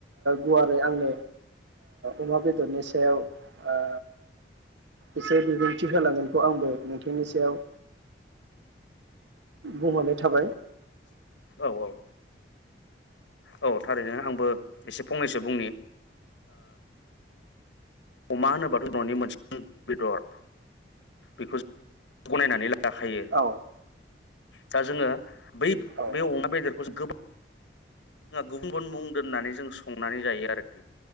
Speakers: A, on the right; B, on the left.
A: गुवारै आंनो अमा बेदरनि सायाव ओ एसे बिबुंथि होलांगोनखौ आंबो नोंथांनि सायाव बुंनानै थाबाय
B: औ औ औ थारैनो आंबो एसे फंनैसो बुंनि अमा होनोबाथ' न'नि मोनसे बेदर बेखौ गनायनानै ला लाखायो
A: औ
B: दा जोंङो बै
A: औ
B: बे अमा बेदरखौ गोबा जोंहा गुबुन गुबुन मुं दोननानै जों संनानै जायो आरोखि